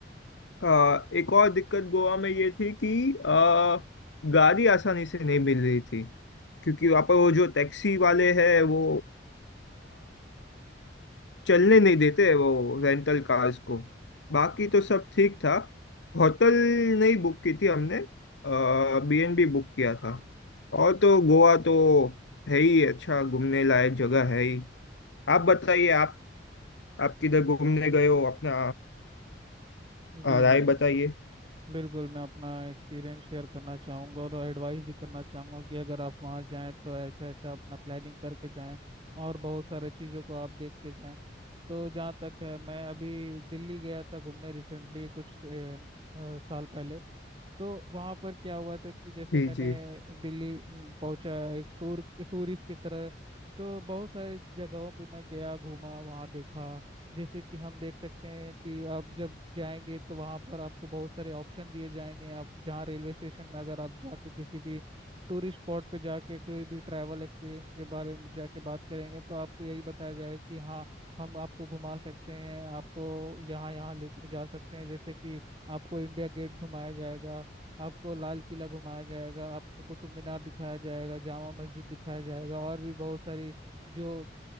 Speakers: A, on the left (about 75°); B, on the right (about 25°).
A: आ, एक और दिक्कत गोवा में ये थी कि आ, गाड़ी आसानी से नहीं मिल रही थी क्योंकि वहाँ पर वो जो टैक्सी वाले हैं वो चलने नहीं देते वो रेंटल कार्स को बाकी तो सब ठीक था होटल नहीं बुक की थी हमने बीएनबी बुक किया था और तो गोवा तो है ही अच्छा घूमने लायक जगह है ही आप बताइए आप आप किधर घूमने गए हो अपना
B: जी
A: अ, राय
B: जी
A: बताइए
B: बिल्कुल बिल्कुल मैं अपना एक्सपीरियंस शेयर करना चाहूँगा और एडवाइस भी करना चाहूँगा कि अगर आप वहाँ जाएं तो ऐसा ऐसा अपना प्लानिंग करके जाएं और बहुत सारे चीज़ों को आप देख के जाएं तो जहाँ तक है मैं अभी दिल्ली गया था घूमने रिसेंटली कुछ अ, अ, साल पहले तो वहाँ पर क्या हुआ था कि जैसे
A: जी
B: मैंने
A: जी
B: दिल्ली म, पहुंचा एक टूर टूरिस्ट की तरह तो बहुत सारे जगहों पे मैं गया घूमा वहाँ देखा जैसे कि हम देख सकते हैं कि आप जब जाएंगे तो वहाँ पर आपको बहुत सारे ऑप्शन दिए जाएंगे आप जहाँ रेलवे स्टेशन में अगर आप जाके किसी भी टूरिस्ट स्पॉट पे जाके कोई भी ट्रैवल एक्सपीरियंस के बारे में जाके बात करेंगे तो आपको यही बताया जाएगा कि हाँ हम आपको घुमा सकते हैं आपको यहाँ यहाँ लेकर जा सकते हैं जैसे कि आपको इंडिया गेट घुमाया जाएगा आपको लाल किला घुमाया जाएगा आपको कुतुब मीनार दिखाया जाएगा जामा मस्जिद दिखाया जाएगा और भी बहुत सारी जो